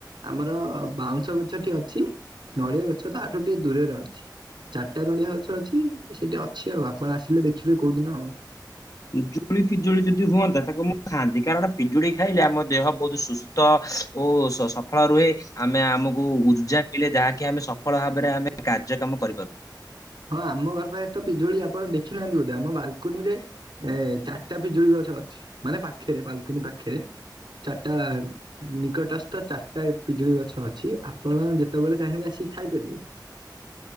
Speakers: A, on the right; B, on the left.
A: ଆମର ବାଉଁଶ ଗଛଟି ଅଛି। ନଡିଆ ଗଛ ତ ଆଠୁ ଟିକେ ଦୂରରେ ଅଛି ଚାରିଟା ନଡିଆ ଗଛ ଅଛି ସେଠି ଅଛି ଆଉ ଆପଣ ଆସେ ଆସିଲେ ଦେଖିବେ କୋଉଦିନ ଆଉ।
B: ପିଜୁଳି ଫିଜୁଳି ଯଦି ହୁଅନ୍ତା ତାକୁ ମୁଁ ଖାଆନ୍ତି କାରଣ ପିଜୁଳି ଖାଇଲେ ଆମ ଦେହ ବହୁତ ସୁ ତ ଓ ସଫଳ ରୁହେ ଆମେ ଆମକୁ ଉର୍ଜା କିଲେ ଯାହାକି ଆମେ ସଫଳ ଭାବରେ ଆମେ କାର୍ଯ୍ୟକ୍ରମ କରିପାରୁ।
A: ହଁ ଆମ ଘର ପାଖେରେ ତ ପିଜୁଳି ଆପଣ ଦେଖି ନାହାନ୍ତି ବୋଧେ ଆମ ବାଲ୍ କୁନିରେ ଏ ଚାର୍ ଟା ପିଜୁଳି ଗଛ ଅଛି ମାନେ ପାଖେରେ ବାଲ୍ କୁନି ପାଖେରେ ଚାରିଟା। ନିକଟସ୍ଥ ଚାରିଟା ପିଜୁଳି ଗଛ ଅଛି ଆପଣ ଯେତେବେଳେ ଚାହିଁବେ ଆସିକି ଖାଇପାରିବେ।